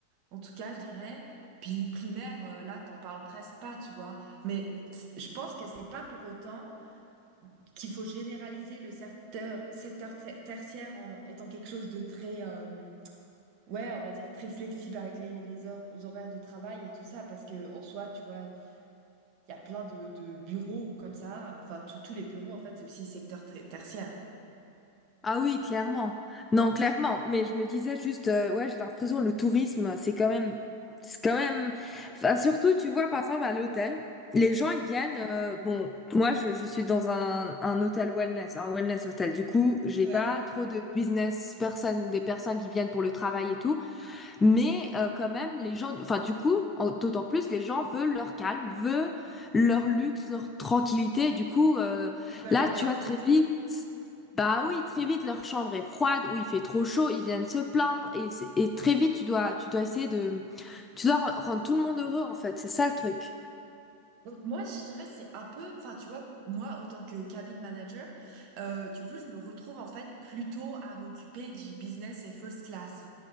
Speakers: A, on the right; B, on the left.
A: En tout cas, je dirais, puis primaire, euh, là, t'en parles presque pas, tu vois. Mais c- je pense que c'est pas pour autant qu'il faut généraliser le secteur, secteur ter- tertiaire en étant quelque chose de très, euh, ouais, on va dire très flexible avec les, les heures, les horaires de travail et tout ça, parce que en soi, tu vois, il y a plein de, de bureaux comme ça. Enfin, tous tous les bureaux, en fait, c'est aussi secteur ter- tertiaire.
B: Ah oui, clairement. Non, clairement. Mais je me disais juste, euh, ouais, j'ai l'impression que le tourisme, c'est quand même, c'est quand même. Enfin, surtout, tu vois, par exemple, à l'hôtel, les gens ils viennent. euh, bon, moi, je, je suis dans un, un hôtel wellness, un wellness hôtel. Du coup, j'ai
A: Ouais.
B: pas trop de business personnes, des personnes qui viennent pour le travail et tout. Mais euh, quand même, les gens, enfin du coup, en- d'autant plus, les gens veulent leur calme, veulent leur luxe, leur tranquillité. Et Du coup, euh,
A: Ils veulent
B: là,
A: être
B: tu
A: bien
B: vois,
A: traités.
B: très vite, bah oui, très vite, leur chambre est froide ou il fait trop chaud, ils viennent se plaindre et, c'est- et très vite, tu dois, tu dois essayer de, tu dois re- rendre tout le monde heureux en fait. C'est ça le truc.
A: Moi, je dirais, c'est un peu, enfin, tu vois, moi, autant que cabin manager, euh, du coup, je me retrouve en fait plutôt à m'occuper du business et first class.